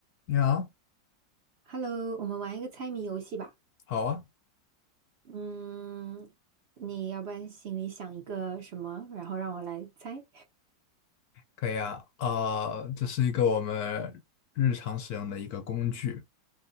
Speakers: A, on the left; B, on the right.
A: 你好，
B: Hello，我们玩一个猜谜游戏吧。
A: 好啊，
B: 嗯，你要不然心里想一个什么，然后让我来猜。
A: 可以啊，呃，这是一个我们日常使用的一个工具，